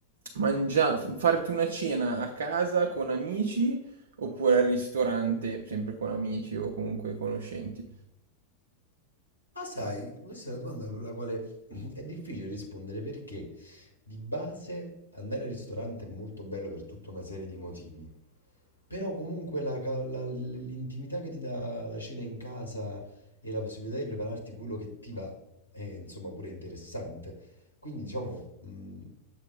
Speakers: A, on the right; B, on the left.
A: mangia- f- farti una cena a casa con amici Oppure al ristorante, sempre con amici o comunque conoscenti.
B: Ma sai, questa è una domanda con la quale <clears throat> è difficile rispondere perché di base andare al ristorante è molto bello per tutta una serie di motivi. Però comunque la ca- la- l'intimità che ti dà la cena in casa e la possibilità di prepararti quello che ti va è insomma pure interessante. Quindi diciamo, mh,